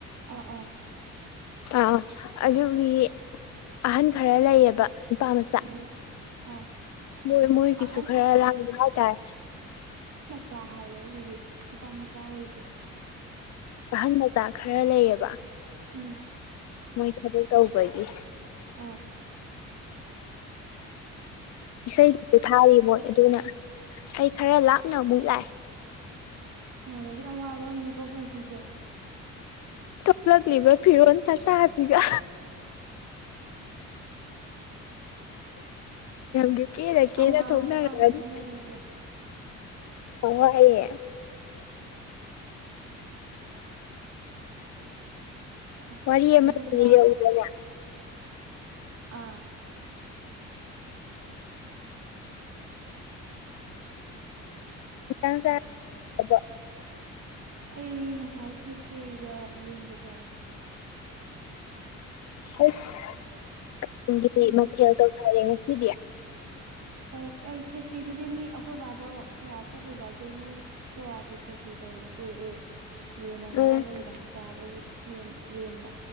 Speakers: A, on the right; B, on the left.
A: ꯑꯥ ꯑꯥ
B: ꯑꯥ ꯑꯗꯨꯒꯤ ꯑꯍꯟ ꯈꯔ ꯂꯩꯌꯦꯕ ꯄꯥꯝꯆꯥ
A: ꯎꯝ ꯑꯥ
B: ꯃꯣꯏ ꯃꯣꯏꯒꯤꯁꯨ
A: ꯑꯍꯟ
B: ꯈꯔ ꯂꯥꯡꯕ ꯍꯥꯏꯇꯥꯔꯦ
A: ꯆꯥ ꯍꯥꯏꯔꯣ ꯑꯗꯨꯗꯤ ꯂꯨꯄꯥ ꯃꯆꯥ ꯑꯣꯏꯗ꯭ꯔꯦ
B: ꯑꯍꯟ ꯃꯆꯥ ꯈꯔ ꯂꯩꯌꯦꯕ
A: ꯎꯝ
B: ꯃꯣꯏ ꯊꯕꯛ ꯇꯧꯕꯒꯤ
A: ꯑꯥ
B: ꯏꯁꯩꯗꯨꯁꯨ ꯊꯥꯔꯤ ꯃꯣꯏ ꯑꯗꯨꯅ ꯏꯁꯩ ꯈꯔ ꯂꯥꯞꯅ ꯑꯃꯨꯛ ꯂꯥꯛꯑꯦ
A: ꯏꯃꯥꯟꯅꯕꯤ ꯑꯋꯥꯕ ꯑꯃꯅꯦꯀꯣ ꯄꯨꯟꯁꯤꯁꯦ
B: ꯊꯣꯛꯂꯛꯂꯤꯕ ꯐꯤꯔꯣꯟ ꯆꯠꯠꯇꯁꯤꯒ ꯒ ꯀꯦꯅ ꯀꯦꯅ
A: ꯑꯋꯥꯕ
B: ꯊꯣꯛꯅꯔꯅꯤ
A: ꯐꯤꯕꯝ ꯑꯃꯗꯅꯦ ꯂꯩꯔꯤꯁꯦ
B: ꯑꯣꯑꯌꯦ
A: ꯑꯁ
B: ꯐꯔꯤ ꯑꯃꯃꯦ
A: ꯅꯨꯡꯗꯥꯡ
B: ꯂꯩ ꯇꯅ
A: ꯑꯥ
B: ꯏꯪꯁꯕ
A: ꯑꯩ ꯉꯁꯥꯏ ꯈꯦꯇ꯭ꯔꯤꯒ ꯌꯦꯟꯒ ꯆꯥꯏ
B: ꯑꯁꯗꯤ
A: ꯎꯝ
B: ꯃꯊꯦꯜ ꯇꯧꯈꯔꯦ ꯉꯁꯤꯗꯤ
A: ꯇꯧ ꯑꯦ ꯈꯦꯆꯇ꯭ꯔꯤꯗꯨꯗꯤ ꯃꯤ ꯑꯩꯈꯣꯏꯕꯥꯗꯣ ꯁꯣꯔꯥ ꯆꯠꯂꯨꯕ ꯑꯗꯨꯗꯩ ꯃꯣꯏ ꯁꯣꯔꯥꯗꯤ ꯈꯦꯇ꯭ꯔꯤꯗ ꯇꯗ ꯄꯨꯔꯛꯑꯦ ꯌꯦꯅ ꯉꯔꯥꯡ
B: ꯎꯝ
A: ꯅꯨꯃꯤꯗꯥꯡ ꯆꯥꯕ ꯌꯦꯟ ꯂꯦꯝꯕ